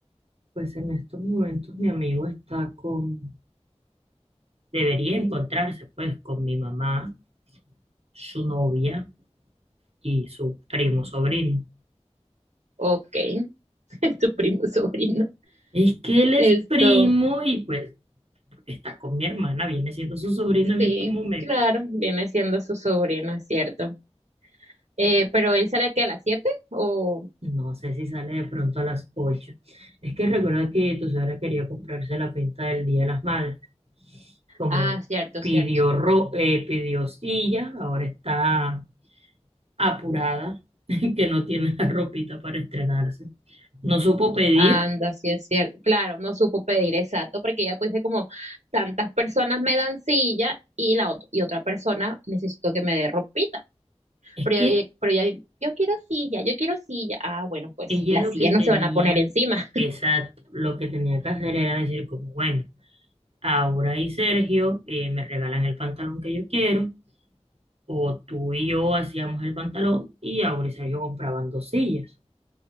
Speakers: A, on the right; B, on the right.
A: Pues en estos momentos mi amigo está con... Debería encontrarse pues con mi mamá, su novia y su primo sobrino.
B: Ok, <laughs> tu primo sobrino.
A: Es que él es
B: Esto,
A: primo y pues porque está con mi hermana, viene siendo su sobrino en
B: sí,
A: estos momentos.
B: claro, viene siendo su sobrino, es cierto. Eh, pero él sale aquí a las 7 o...
A: No sé si sale de pronto a las ocho Es que recuerda que tu suegra quería comprarse la pinta del Día de las Madres. Como
B: Ah, cierto,
A: pidió,
B: cierto.
A: ro eh, pidió silla, ahora está apurada, <laughs> que no tiene la ropita para estrenarse. No supo pedir.
B: Anda, sí es cierto. Claro, no supo pedir exacto porque ya pues dice como tantas personas me dan silla y la otra y otra persona necesito que me dé ropita.
A: Es
B: Pero,
A: que
B: ya- pero ya, yo quiero silla, yo quiero silla. Ah, bueno, pues
A: ella
B: las
A: lo
B: sillas
A: que tenía,
B: no se van a poner encima.
A: exacto, lo que tenía que hacer era decir como, bueno, Aura y Sergio eh, me regalan el pantalón que yo quiero, O tú y yo hacíamos el pantalón y Aura y Sergio compraban dos sillas.